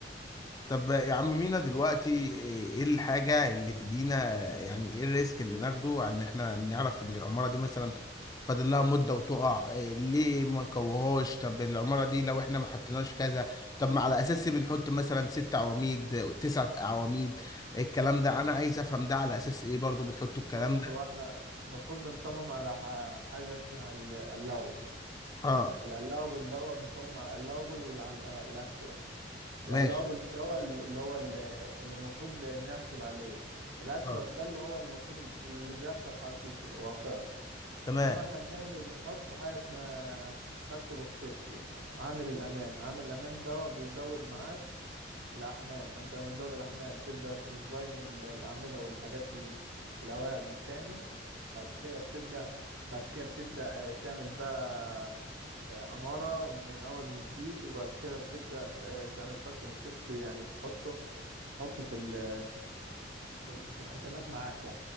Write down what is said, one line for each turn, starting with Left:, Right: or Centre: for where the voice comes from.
Left: طب يا عم مينا دلوقتي ايه الحاجة اللي تدينا يعني ايه الريسك اللي ناخده عن ان احنا نعرف ان العمارة دي مثلا فاضل لها مدة وتقع إيه ليه ما نكوهوش طب العمارة دي لو احنا ما حطيناش كذا طب ما على اساس إيه بنحط مثلا ست عواميد تسعة عواميد الكلام ده انا عايز افهم ده على اساس ايه برضو بتحطوا الكلام
Right: بص
Left: ده
Right: هو احنا المفروض بنصمم على ح- حاجة اسمها ال- اللاوبل
Left: اه
Right: اللاوبل ده هو بنصمم على اللاوبل والأكشوال
Left: ماشي
Right: القلابل ده هو ال- اللي هو ال- اللي المفروض نحسب عليه الاكشوال
Left: اه
Right: ده اللي هو المفروض اللي بيحصل حقيقي واقعي
Left: تمام
Right: انما احنا بنعمل بنحط حاجه اسمها فاكتور اوف سيفتي عامل الامان عامل الامان ده بيزود معاك الأحمال فأنت لما تزود الأحمال تبدأ تزين ال- الأعمدة والحاجات ال- القواعد من تاني بعد كده بتبدأ بعد كده بتبدأ آه، تعمل بقى آه، عمارة من أول جديد وبعد كده بتبدأ آه، تعمل فاكتور أوف سيفتي يعني بتحطه بتحطه في ال- في ال- في الحسابات معاك